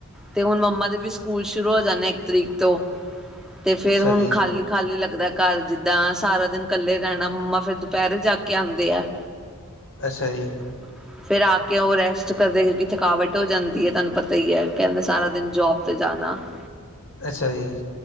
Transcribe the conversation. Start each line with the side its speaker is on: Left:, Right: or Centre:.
Centre: ਤੇ ਹੁਣ ਮੰਮਾ ਦੇ ਵੀ ਸਕੂਲ ਸ਼ੁਰੂ ਹੋ ਜਾਂਦੇ ਇੱਕ ਤਰੀਕ ਤੋਂ ਤੇ ਫੇਰ
Left: ਅੱਛਾ
Centre: ਹੁਣ
Left: ਜੀ
Centre: ਖਾਲੀ ਖਾਲੀ ਲੱਗਦਾ ਘਰ ਜਿੱਦਾਂ ਸਾਰਾ ਦਿਨ ਇਕੱਲੇ ਰਹਿਣਾ ਮੰਮਾ ਫਿਰ ਦੁਪਹਿਰੇ ਜਾ ਕੇ ਆਉਂਦਾ ਦਿਆ
Left: ਅੱਛਾ ਜੀ।
Centre: ਹ। ਫਿਰ ਆ ਕੇ ਉਹ ਰੈਸਟ ਕਰਦੇ ਕਿਉਂਕਿ ਥਕਾਵਟ ਹੋ ਜਾਂਦੀ ਹੈ ਤੁਹਾਨੂੰ ਪਤਾ ਹੀ ਹੈ ਕਹਿੰਦੇ ਸਾਰਾ ਦਿਨ ਜੋਬ 'ਤੇ ਜਾਣਾ <inaudible>
Left: ਅੱਛਾ ਜੀ